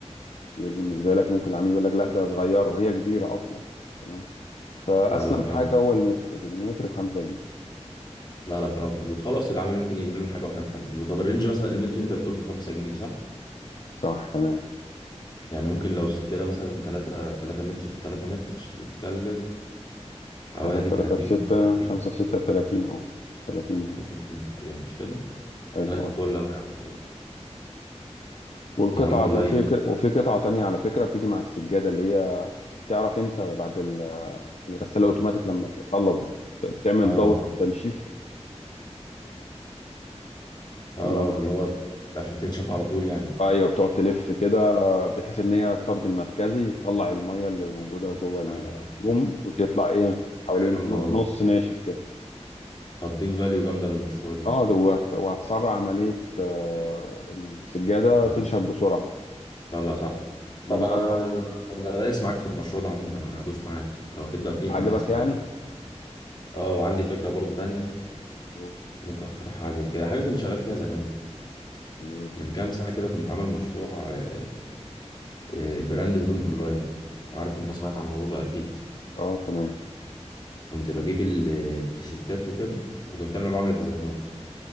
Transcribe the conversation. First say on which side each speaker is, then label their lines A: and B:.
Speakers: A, on the left; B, on the left.
A: كبير بالنسبة لك ممكن العميل يقول لك لا ده صغيرة وهي كبيرة أصلا تمام فأسلم
B: لا لا كلامك
A: حاجة هو المتر بالمتر بخمسة جنيه
B: لا لا كلامك مظبوط خلاص العامل ممكن يجيب لنا حاجه واحنا نحدد له طب الرينج مثلا المتر انت بتقول ب 5 جنيه صح
A: صح تمام
B: يعني ممكن لو سجاده مثلا 3 3 متر في 3 متر تتكلف حوالي
A: تلاتة في تلاتة
B: 30
A: بستة
B: جنيه تقريبا
A: خمسة في ستة بتلاتين اه تلاتين جنيه
B: 30 جنيه تقريبا مش كده
A: حلو
B: طيب
A: اه.
B: فل قوي يا عم عظيم.
A: والقطعة
B: يا عم والله
A: ده وفي ك- وفي قطعة تانية على فكرة بتيجي مع السجادة اللي هي تعرف انت بعد ال- الغسالة اوتوماتيك لما تخلص بت- بتعمل
B: اه اه
A: دورة تنشيف
B: آه،
A: تمام
B: اللي هو عشان تنشف على طول يعني
A: ايوه بتقعد تلف كده بحيث ان هي الطرد المركزي تطلع المية اللي موجودة جوه الهدوم
B: اه آه،
A: وتطلع ايه حوالين
B: حاجه جامده
A: ن-
B: والله
A: نص ناشف كده
B: هتضيف فاليو جامدة للمشروع دي
A: اه ده وهت- وهتسرع عملية آه، ان السجادة
B: لا
A: تنشف بسرعة
B: لا لا صح طب
A: لان
B: انا
A: اكبر
B: انا دايس معاك في المشروع ده عموما انا هدوس معاك لو هتبدأ فيه
A: عجبك
B: انا دايس
A: يعني؟
B: معاك اه وعندي فكرة برضو تانية
A: قول.
B: ممكن اقترحها عليك هي حاجة كنت شغال فيها زمان
A: ايه
B: من كام سنة كده كنت عامل مشروع آه، آه، براند هدوم اونلاين عارف انت سمعت عن الموضوع ده اكيد
A: اه تمام
B: كنت بجيب ال- التيشيرتات وكده وكنت انا اللي بعمل الديزاينات